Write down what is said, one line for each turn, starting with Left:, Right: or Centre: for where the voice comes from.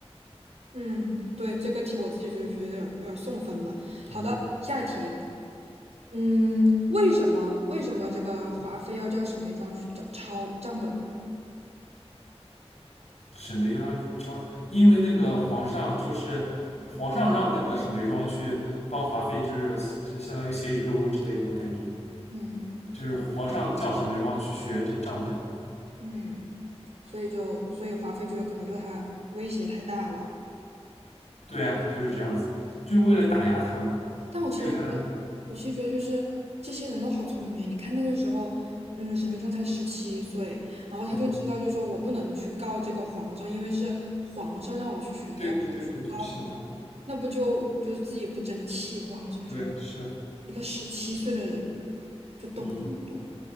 Right: 嗯，对，这个题我自己就觉得有点有点送分了。好的，
Left: 嗯，
Right: 下一题。嗯，为什么为什么这个华妃要叫沈眉庄去找抄账本？
Left: 沈眉庄抄着，因为那个皇上就是皇上让那个沈眉庄去帮华妃，就是就相当于协理六宫之类的那种感觉，
Right: 嗯
Left: 就是皇上叫沈眉庄去学这个账本，
Right: 嗯。所以就所以华妃觉得可能对他威胁太大了。
Left: 对啊，就是这样子，就是为了打压他嘛，
Right: 但我其实觉得，
Left: 因为他的，
Right: 我其实觉得就是这些人都好聪明啊。你看那个时候，嗯，沈眉庄才十七岁，然后他就知道，
Left: 嗯，
Right: 就说我不能去告这个皇上，因为是皇上让我去学的，
Left: 对对对对对，
Right: 要是我去告的话，
Left: 是的，
Right: 那不就就是自己不争气。哇，我真的觉得
Left: 对啊，是啊。
Right: 一个十七岁的人就懂这么多，
Left: 嗯，